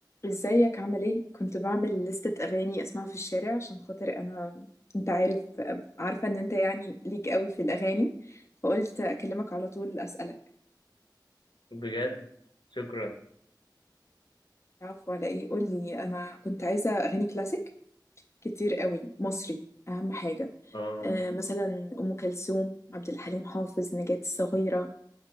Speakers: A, on the left (about 35°); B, on the left (about 80°).
A: ازيك عامل ايه كنت بعمل لستة اغاني اسمعها في الشارع عشان خاطر انا انت عارف عارفة ان انت يعني ليك قوي في الاغاني فقلت اكلمك على طول اسألك
B: بجد شكرا
A: عفوا على ايه قولي انا كنت عايزة اغاني كلاسيك كتير قوي مصري اهم حاجة
B: اه
A: آه مثلا ام كلثوم عبد الحليم حافظ نجاة الصغيرة